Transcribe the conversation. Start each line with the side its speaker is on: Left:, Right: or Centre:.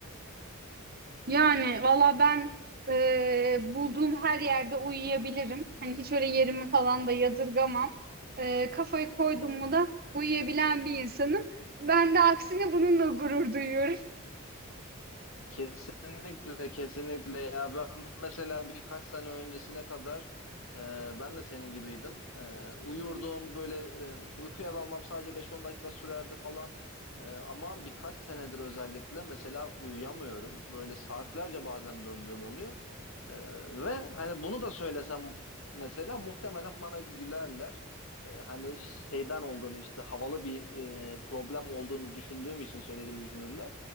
Right: Yani valla ben e, bulduğum her yerde uyuyabilirim. Hani hiç öyle yerimi falan da yadırgamam. E, kafayı koydum
Left: Hı hı.
Right: mu da uyuyabilen bir insanım. Ben de aksine bununla gurur duyuyorum.
Left: Kesinlikle kesinlikle ya ben mesela birkaç sene öncesine kadar e, ben de senin gibiydim. E, uyurdum böyle e, uykuya dalmam sadece beş on dakika sürerdi falan. E, ama birkaç senedir özellikle mesela uyuyamıyorum. Böyle saatlerce bazen döndüğüm oluyor. Ee, ve hani bunu da söylesem mesela muhtemelen bana gülerler. Ee, hani şeyden olduğunu işte havalı bir e, problem olduğunu düşündüğüm için söylediğimi düşünürler.